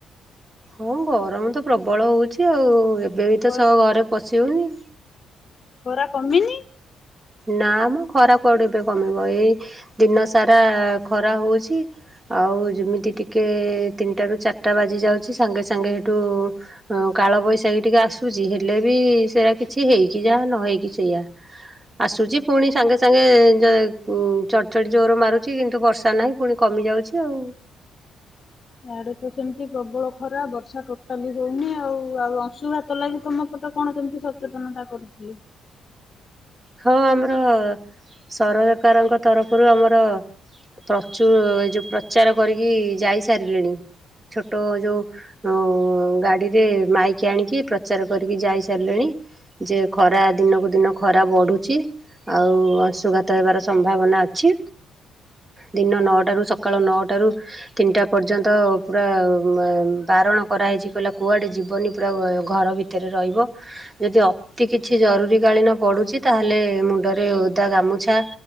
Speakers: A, on the right; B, on the left.
A: ହଁ ଗରମ ତ ପ୍ରବଳ ହଉଛି ଆଉ। ଏବେ ବି
B: ଖ
A: ତ ସହ ଘରେ ପ ସି ହୋଉନି
B: ଖରା କମିନି?
A: ନା ମୁଁ ଖରା କୁଆଡେ ଏବେ କମିବ ଏଇ ଦିନ ସାରା ଖରା ହଉଛି ଆଉ ଯେମିତି ଟିକେ ତିନିଟାରୁ ଚାରିଟା ବାଜି ଯାଉଛି ସାଙ୍ଗେ ସାଙ୍ଗେ ସେଠୁ କାଳ ବୈଶାଖୀ ଟିକେ ଆସୁଛି ହେଲେ ବି ସେଇଟା କିଛି ହେଇକି ଯାହା ନ ହେଇକି ସେଇଆ। ଆସୁଛି ପୁଣି ସାଙ୍ଗେ ସାଙ୍ଗେ ଚ଼ଡଚଡି଼ ଜୋରେ ମାରୁଛି କିନ୍ତୁ ବର୍ଷା ନାହିଁ ପୁଣି କମି ଯାଉଛି ଆଉ।
B: ଇଆଡେ ତ ସେମତି ପ୍ରବଳ ଖରା ବର୍ଷା ଟୋଟାଲି ହଉନି ଆଉ ଆଉ ଅଶୁଂଘାତ ଲାଗି ତମ ପଟେ କଣ କେମିତି ସଚେତନତା କରୁଥିଲେ?
A: ହଁ ଆମର ସରକାରଙ୍କ ତରଫରୁ ଆମର ପ୍ରଚାର ଏ ଯୋଉ ପ୍ରଚାର କରିକି ଯାଇସାରିଲେଣି ଛୋଟ ଯୋଉ ଗାଡି଼ରେ ମାଇକ ଆଣିକି ପ୍ରଚାର କରିକି ଯାଇସାରିଲେଣି ଯେ ଖରା ଦିନକୁ ଦିନ ଖରା ଖରା ବଢ଼ୁଛି ଆଉ ଅଂଶୁଘାତ ହେବାର ସମ୍ଭାବନା ଅଛି ଦିନ ନଅଟାରୁ ସକାଳ ନଅଟାରୁ ତିନିଟା ପର୍ଯ୍ୟନ୍ତ ପୁରା ବାରଣ କରାହୋଇଛି କହିଲା କୁଆଡ଼େ ଯିବନି ପୁରା ଘର ଭିତରେ ରହିବ ଯଦି ଅତି କିଛି ଜରୁରୀ କାଳୀନ ପଡ଼ୁଛି ତାହେଲେ ମୁଣ୍ଡରେ ଓଦା ଗାମୁଛା